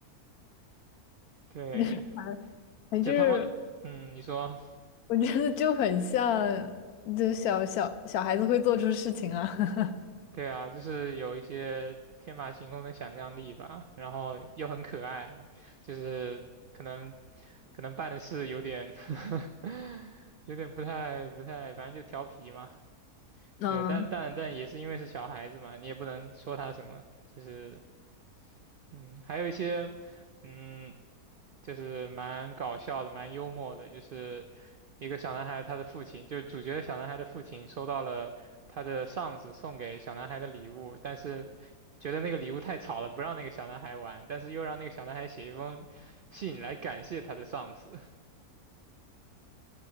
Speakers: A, on the right (about 90°); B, on the left (about 75°).
A: 对，
B: <laughs> 反正
A: 就他们，嗯，你说。
B: 我觉得就很像，就小小小孩子会做出事情啊。<laughs>
A: 对啊，就是有一些天马行空的想象力吧，然后又很可爱，就是可能可能办的事有点 <laughs> 有点不太不太，反正就调皮嘛。
B: 嗯
A: 对，但但但也是因为是小孩子嘛，你也不能说他什么，就是嗯，还有一些嗯就是蛮搞笑的，蛮幽默的，就是一个小男孩他的父亲，就是主角的小男孩的父亲收到了他的上司送给小男孩的礼物，但是觉得那个礼物太吵了，不让那个小男孩玩，但是又让那个小男孩写一封信来感谢他的上司。